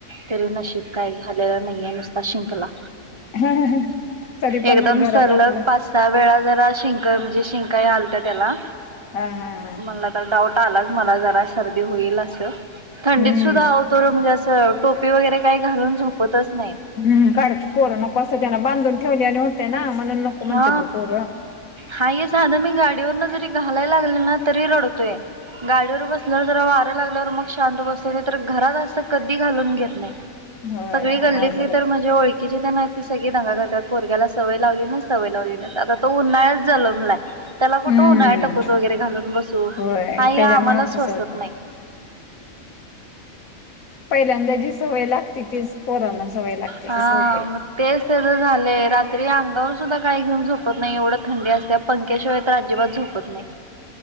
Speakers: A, on the right (about 25°); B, on the left (about 75°).
A: तरी नशीब काही झालेलं नाहीये नुसता शिंकला.
B: हम्म तरी पण
A: एकदम
B: घरात
A: सलग
B: आपलं
A: पाच सहा वेळा जरा शिंक म्हणजे शिंकाई आलत त्याला
B: हा हा. हा
A: मला तर डाऊट आलाच मला जरा सर्दी होईल असं थंडीत
B: हम्म
A: सुद्धा आत तो म्हणजे असं टोपी वगैरे काही घालून झोपतच नाही.
B: ह काढत कोर न कसं त्यांना बांधून ठेवलेले होते ना म्हणून नको म्हणतात
A: हा
B: ग पोरं
A: हा आहे साध मी गाडीवरन जरी घालायला लागले ना. तोय गाडीवर बसल्या ज वार्या लागल्यावर शांत बसत घात अस. घालून घेत नाही.
B: होय
A: सगळी गल्लीतली
B: अवघड
A: तर म्हणजे ळखीची त्यांना ती सगळी धंगा करतात पोरग्याला सवय लावली नाही. सव लाव आता तो उन्हाळ्यात झाल. त्याला कुठे
B: हम्म
A: उन्हाळ टकोच वगैरे घालून बसू
B: होय
A: हा या
B: त्याच्यामुळे
A: आम्हालाचवसत
B: तसं होतंय
A: नाही.
B: पहिल्यांदा जी सवय लागते. तिथेच पोरांना सवय लागते
A: हा
B: तसं होतंय.
A: मग तेच त्याचं झालंय रात्री अंगावर सुद्धा काय घेऊन झोपत नाही एवढं थंडी असत्या. पक्याशिवाय तर अजिबात झोपत नाही.